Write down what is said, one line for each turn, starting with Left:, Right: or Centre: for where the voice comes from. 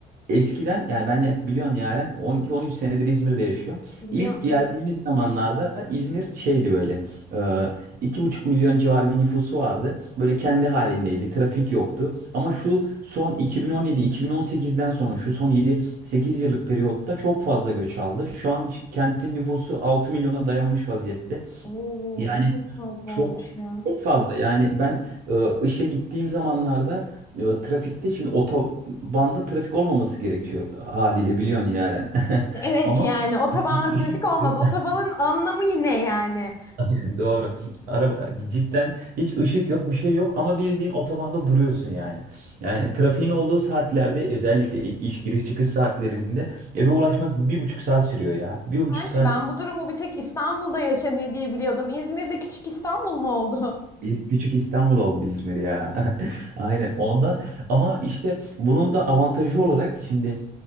Right: eskiden yani ben yak biliyorsun yani 12-13 senedir İzmir'de yaşıyorum.
Left: <laughs> Biliyorum
Right: İlk geldiğimiz
Left: kanki.
Right: zamanlarda İzmir şeydi böyle e, iki buçuk milyon civarı bir nüfusu vardı. Böyle kendi halindeydi. Trafik yoktu. Ama şu son 2017-2018'den sonra şu son yedi sekiz yıllık periyotta çok fazla göç aldı. Şu an ş- kentin nüfusu 6 milyona dayanmış vaziyette.
Left: Oo,
Right: Yani
Left: çok fazla
Right: çok
Left: olmuş ya.
Right: çok fazla. Yani ben e, işe gittiğim zamanlarda e, trafikte şimdi otobanda trafik olmaması gerekiyor haliyle biliyorsun yani. <laughs>
Left: Evet
Right: Ama
Left: yani otobanda
Right: ışık
Left: trafik olmaz.
Right: yok.
Left: Otobanın anlamı ne yani?
Right: <laughs> Doğru. Araba cidden hiç ışık yok, bir şey yok ama bildiğin otobanda duruyorsun yani. Yani trafiğin olduğu saatlerde özellikle iş giriş çıkış saatlerinde eve ulaşmak bir buçuk saat sürüyor ya. Bir buçuk
Left: Sanki
Right: saat
Left: ben bu durumu bir tek İstanbul'da yaşanıyor diye biliyordum. İzmir'de küçük İstanbul mu oldu? <laughs>
Right: İlk küçük İstanbul oldu İzmir ya. <laughs> Aynen ondan ama işte bunun da avantajı olarak şimdi